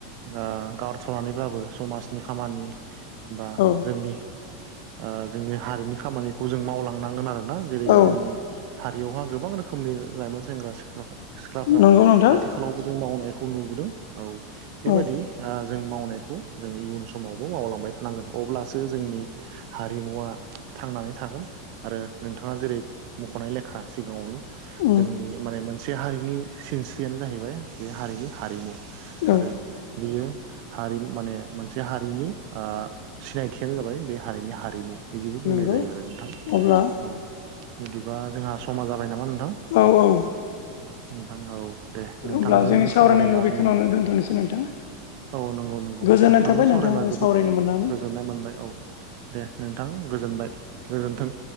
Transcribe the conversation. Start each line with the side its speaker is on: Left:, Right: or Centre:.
Right: ओ गारथ'नानैब्लाबो समाजनि खामानि बा
Left: औ
Right: जोंनि ओ जोंनि हारिनि खामानिखौ जों मावलांनांगोन आरोना जेरै
Left: औ
Right: जोंनि हारियावहा गोबां रोखोमनि लाइमोन सेंग्रा- सिख्ला सिख्लाफोरा आथिखाल
Left: नंगौ नोंथां
Right: आथिखालावबो जों मावनायखौ नुबोदों औ बेबायदि
Left: औ
Right: ओ जों मावनायखौ जोंङो इयुन समावबो मावलांबाय थानांगोन अब्लासो जोंनि हारिमुवा थांनानै थागोन आरो नोंथांङा जेरै मख'नाय लेखा खा सिगाङावनो
Left: उम
Right: जोंनि माने मोनसे हारिनि सिनस्रियानो जाहैबाय बे हारिनि हारिमु
Left: औ
Right: आरो बियो हारि माने मोनसे हारिनि ओ सिनायथियानो जाबाय बे हारिनि हारिमु बिदिबो बुंनाय
Left: नंगौ
Right: जायो आरो नोंथां
Left: अब्ला
Right: औ बिदिबा जोंहा समा जाबाय नामा नोंथां?
Left: औ औ।
Right: नोंथां औ दे। नोंथांजों
Left: होमब्ला जोंनि सावरायनायखौ
Right: सावरायनानै
Left: बेखिनियावनो दोनथ'नोसै नोंथां।
Right: औ नंगौ नंगौ
Left: गोजोननाय
Right: नोंथांजों
Left: थाबाय
Right: सावरायना जोबोद
Left: सावरायनो मोननानै
Right: गोजोननाय मोनबाय औ। दे नोंथां गोजोनबाय गोजोन्थों।